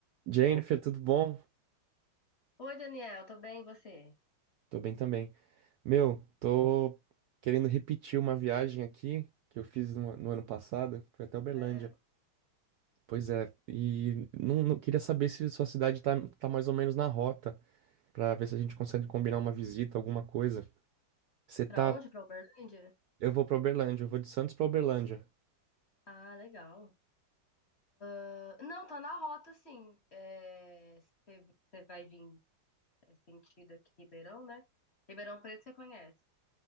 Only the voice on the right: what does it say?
Jennifer, tudo bom?
Tô bem também. Meu, tô querendo repetir uma viagem aqui que eu fiz no, no ano passado. Foi até Uberlândia.
Pois é, e não, não- queria saber se sua cidade tá, tá mais ou menos na rota, pra ver se a gente consegue combinar uma visita, alguma coisa. Você tá.
Eu vou pra Uberlândia, eu vou de Santos pra Uberlândia.